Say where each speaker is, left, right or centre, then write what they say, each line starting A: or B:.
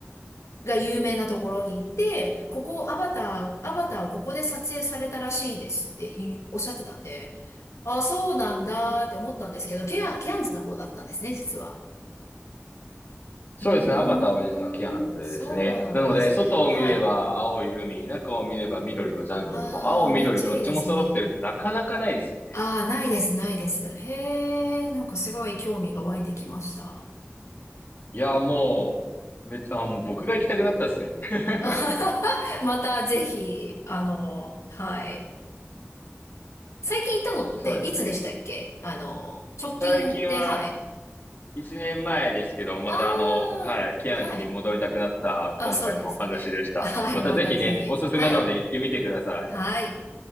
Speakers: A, on the left; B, on the left.
A: が有名なところに行って、ここアバター、アバターをここで撮影されたらしいですっていおっしゃってたんで、ああ、そうなんだって思ったんですけど、ケア、ケアンズの方だったんですね、実は。うーん、
B: そうですね。アバターは実はキアンズですね。
A: そうなんですね。
B: なので、外を見れば青い海、
A: はい。
B: 中を見れば緑のジャングル、
A: ああ、
B: もう青緑どっちも揃ってるってなかなかないですよね。
A: めっちゃいいですね。ああ、ないです、ないです。へえ、なんかすごい興味が湧いてきました。
B: いや、もう、めっちゃ、あ、もう僕が行きたくなったですね。<laughs>
A: <laughs> またぜひ、あの、はい。最近行ったのっていつでしたっけあの、
B: そうですね。
A: 直近で、
B: 最近は
A: はい。
B: 1年前ですけど、またあの、
A: ああ、
B: はい、キアンズに戻りたくなった今回のお話でした。
A: はい。あ、そうですね。<laughs> はい、
B: またぜひね、
A: またぜひ。
B: おすすめなので行ってみてください。
A: はい。はい。